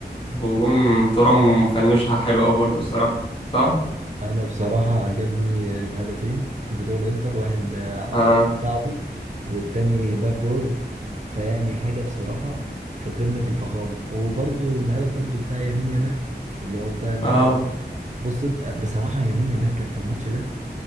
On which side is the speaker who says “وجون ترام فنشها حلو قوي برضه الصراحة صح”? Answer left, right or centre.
Left